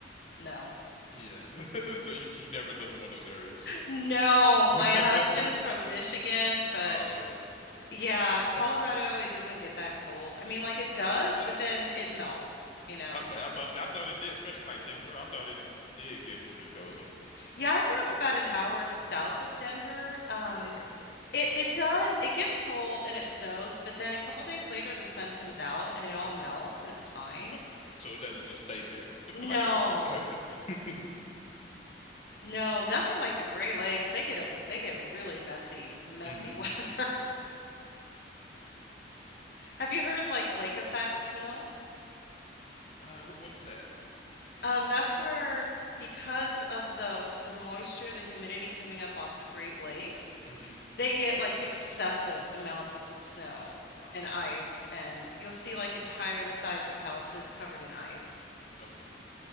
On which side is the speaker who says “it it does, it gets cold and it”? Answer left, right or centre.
Left